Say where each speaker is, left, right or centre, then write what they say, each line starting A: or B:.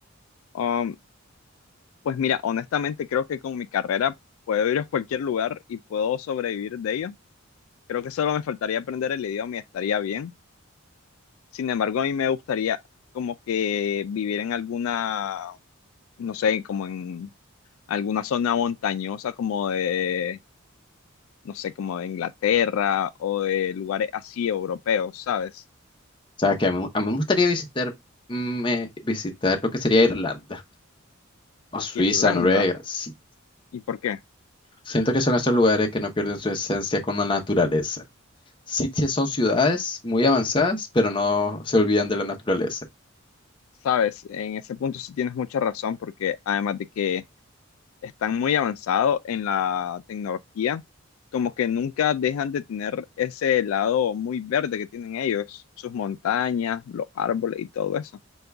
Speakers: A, on the left (about 80°); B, on the left (about 25°).
A: Um, Pues mira, honestamente creo que con mi carrera puedo ir a cualquier lugar y puedo sobrevivir de ello. Creo que solo me faltaría aprender el idioma y estaría bien. Sin embargo, a mí me gustaría como que vivir en alguna, no sé, como en alguna zona montañosa, como de, no sé, como de Inglaterra o de lugares así europeos, ¿sabes?
B: O sea, que a mí, a mí me gustaría visitar, me- visitar lo que sería Irlanda o Suiza,
A: Irlanda.
B: Noruega, sí.
A: ¿Y por qué?
B: Siento que son esos lugares que no pierden su esencia con la naturaleza. Sí, sí son ciudades muy avanzadas, pero no se olvidan de la naturaleza.
A: ¿Sabes? En ese punto sí tienes mucha razón, porque además de que están muy avanzados en la tecnología, como que nunca dejan de tener ese lado muy verde que tienen ellos, sus montañas, los árboles y todo eso.